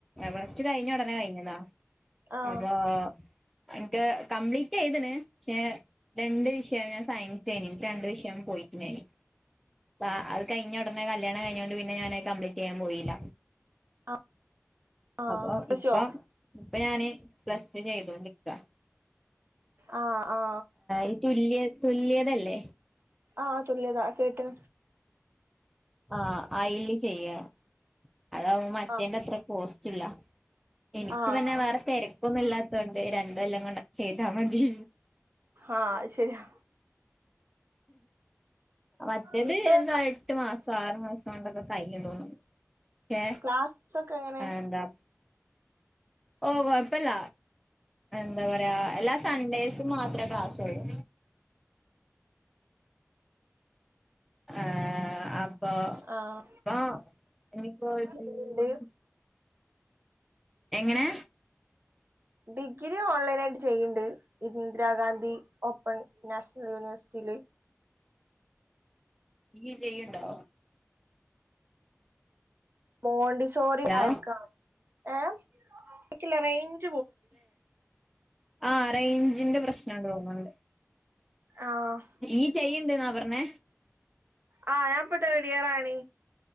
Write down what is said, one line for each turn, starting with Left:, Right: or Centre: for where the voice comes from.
Centre: പ്ലസ് ടു കഴിഞ്ഞ ഉടനെ കഴിഞ്ഞതാ
Right: ആഹ്
Centre: അപ്പൊ എനിക്ക് കംപ്ലീറ്റ് ചെയ്തുണ് പക്ഷെ രണ്ട് വിഷയം ഞാൻ സയൻസെയ്നിം ഇൻക്ക് രണ്ട് വിഷയം പോയിട്ടുന്നേനി. അ അത് കഴിഞ്ഞ ഉടനെ കല്യാണം കഴിഞ്ഞൊണ്ട് പിന്നെ ഞാനത് കംപ്ലീറ്റ് ചെയ്യാൻ പോയില്ല.
Right: ആ ആഹ്
Centre: അപ്പൊ
Right: പശോ
Centre: ഇപ്പ ഇപ്പൊ ഞാന് പ്ലസ് ചെയ്തോണ്ടിരിക്ക.
Right: ആ ആ
Centre: ഈ തുല്യ തുല്യതല്ലേ
Right: ആഹ് തുല്യതാ കേട്ട്ണ്
Centre: ആഅയില് ചെയ്യ അതാവുമ്പോ മറ്റേന്റെ
Right: ആഹ്
Centre: അത്ര പോസ് ജില്ല എനിക്ക്
Right: ആഹ്
Centre: പിന്നെ വേറെ തെര ക്കൊന്നും ഇല്ലാത്തോണ്ട് രണ്ട് കൊല്ലം കൊണ്ട് ചെയ്താൽ മതി
Right: ആ അത് ശരിയാ
Centre: മറ്റേത്
Right: ഇന്നട്ട്
Centre: എന്താ എട്ട് മാസം, ആറു മാസം ണ്ടൊക്കെ കയ്യും തോന്നുന്നു പക്ഷെ
Right: ക്ലാസ്സ് ഒക്കെ എങ്ങനെ
Centre: എന്താ ഓ കൊഴപ്പില്ല എന്താ പറയാ എല്ലാ സൺഡേസും മാത്രേ ക്ലാസ്സൊള്ളൂ ആ ആഹ് പോ
Right: ആഹ്
Centre: പോ ഇനിപ്പോ
Right: ചെയ്യ്ണ്ട്
Centre: <unintelligible> എങ്ങനെ
Right: ഡിഗ്രി ഓൺലൈൻ ആയിട്ട് ചെയ്യിണ്ട്, ഇത് Indira Gandhi open national യൂണിവേഴ്സിറ്റിയില്.
Centre: Degree ചെയ്യുണ്ടോ
Right: മോണ്ടി <unintelligible>
Centre: hello
Right: ക്കാ ഏഹ് കേക്ക്ല്ല റേഞ്ച്‌
Centre: ആ റേഞ്ചിന്റെ പ്രശ്നോണ്ട് തോന്ന്ണ്
Right: ആഹ്
Centre: ഈ ചെയ്യണ്ടെന്നാ പറഞ്ഞേ
Right: ആഹ് ഞാൻ ഇപ്പൊ തേർഡ് ഇയർ ആണ്